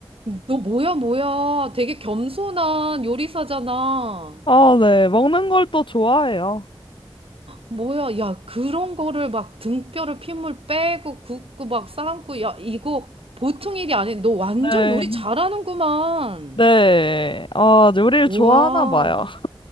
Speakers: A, on the right; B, on the left.
A: 너 뭐야, 뭐야. 되게 겸손한 요리사잖아.
B: 아, 네. 먹는 걸 또 좋아해요.
A: 뭐야, 야, 그런 거를 막 등뼈를 핏물 빼고 굽고 막 삶고, 야, 이거 보통 일이 아니야. 너 완전
B: 네.
A: 요리 잘하는구만.
B: 네. 아, 요리를
A: 와,
B: 좋아하나 봐요.